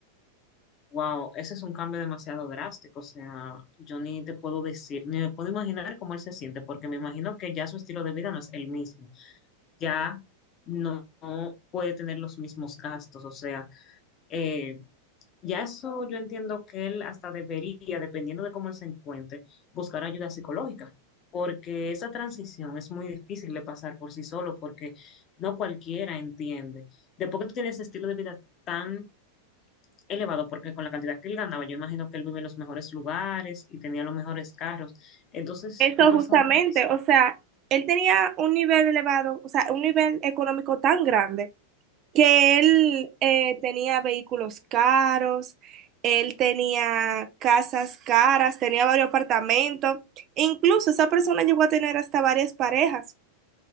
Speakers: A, on the left (about 30°); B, on the right (about 35°).
A: Wow, ese es un cambio demasiado drástico. O sea, yo ni te puedo decir, ni me puedo imaginar cómo él se siente, porque me imagino que ya su estilo de vida no es el mismo. Ya no, no puede tener los mismos gastos. O sea, eh, Ya eso yo entiendo que él hasta debería, dependiendo de cómo él se encuentre, buscar ayuda psicológica, porque esa transición es muy difícil de pasar por sí solo, porque no cualquiera entiende. Después que tú tienes ese estilo de vida tan elevado, porque con la cantidad que él ganaba, yo imagino que él vive en los mejores lugares y tenía los mejores carros, entonces
B: eso
A: tú pasar
B: justamente,
A: por eso.
B: o sea, él tenía un nivel elevado, o sea, un nivel económico tan grande que él eh, tenía vehículos caros, él tenía casas caras, tenía varios apartamentos, e incluso esa persona llegó a tener hasta varias parejas